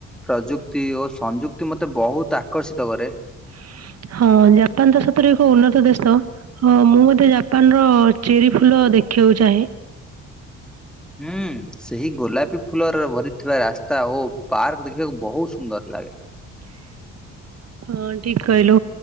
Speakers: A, in the centre; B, on the right.
A: ପ୍ରଯୁକ୍ତି ଓ ସଂଯୁକ୍ତି ମତେ ବହୁତ ଆ କର୍ଷିତ କରେ।
B: <inaudible> ହଁ ଜାପାନ ତ ସତରେ ଏକ ଉନ୍ନତ ଦେଶ ମୁଁ ମଧ୍ୟ ଜାପାନର ଚେରି ଫୁଲ ଶିଖିବାକୁ ଚାହେଁ।
A: ହୁଁ ସେଇ ଗୋଲାପୀ ଫୁଲର ଭରିଥିବା ରାସ୍ତା ଓ ପାର୍କ ଦେଖିବାକୁ ବହୁତ ସୁନ୍ଦର। ଲାଗେ।
B: <unintelligible> ହଁ ଠିକ କହିଲୁ